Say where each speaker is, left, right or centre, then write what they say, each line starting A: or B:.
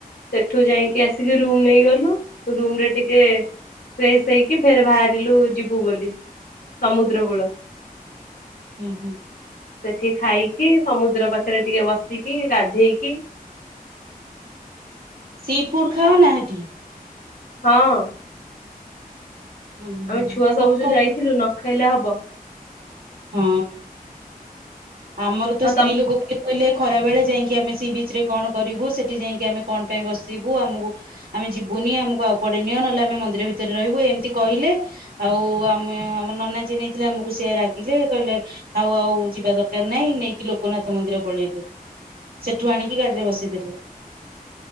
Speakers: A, on the left; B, on the right.
A: ସେଠୁ ଯାଇକି ଆସିକି ରୁମ ନେଇଗଲୁ ରୁମରେ ଟିକେ ଫ୍ରେସ୍ ହେଇକି ଫେର ବାହାରିଲୁ ଯିବୁ ବୋଲି ସମୁଦ୍ର କୂଳ।
B: ହୁଁ ହୁଁ।
A: ସେଠି ଖାଇକି ସମୁଦ୍ର ପାଖରେ ଟିକେ ବସିକି ଗାଧେଇକି
B: ସି ଫୁଡ୍ ଖାଅ ନା ସେଠି?
A: ହଁ।
B: ହୁଁ
A: ଆମେ
B: ହୁଁ
A: ଛୁଆ
B: କଣ
A: ସବୁ ଯେ
B: ଖାଇ
A: ଯାଇଥିଲୁ ନ ଖାଇଲେ ହବ।
B: ହଁ, ଆମର ତ
A: ଆଉ
B: ସ୍ତ୍ରୀ
A: ତମେ
B: ଲୋକ କେ କହିଲେ ଖରା ବେଳେ ଯାଇକି ଆମେ ସେ ବିଚ୍ ରେ କଣ କରିବୁ। ସେଠି ଯାଇକି ଆମେ କଣ ପାଇଁ ବସିବୁ। ଆମକୁ ଆମେ ଯିବୁନି, ଆମକୁ ଆଉ କୁଆଡେ ନିଅ, ନହେଲେ ଆମେ ମନ୍ଦିର ଭିତରେ ରହିବୁ ଏମିତି କିହିଲେ। ଆଉ ଆମେ ଆମ ନନା ଯିଏ ନେଇଥିଲେ ଆମକୁ ସେ ରାଗ ଗିଲେ, କହିଲେ ଥାଉ ଆଉ ଯିବା ଦରକାର ନାଇଁ, ନେଇକି ଲୋକନାଥ ମନ୍ଦିର ପଳେଇଲେ। ସେଠୁ ଆଣିକି ଗାଡି ରେ ବସେଇ ଦେଲେ।